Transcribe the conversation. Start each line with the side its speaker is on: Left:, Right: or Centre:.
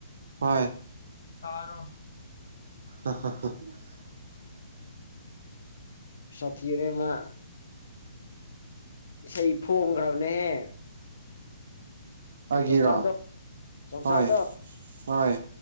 Right: ꯍꯣꯏ
Left: ꯇꯔꯣ
Right: <unintelligible>
Left: ꯁꯊꯤꯕꯅ‌ꯦ ꯃꯥ ꯏꯁꯩ ꯐꯣꯡꯈ꯭ꯔꯕꯅꯦꯍꯦ
Right: ꯑꯩꯒꯤꯔꯣ
Left: ꯆꯣꯡꯆꯜꯗꯣ ꯆꯣꯡꯆꯜꯗꯣ
Right: ꯍꯣꯏ ꯍꯣꯏ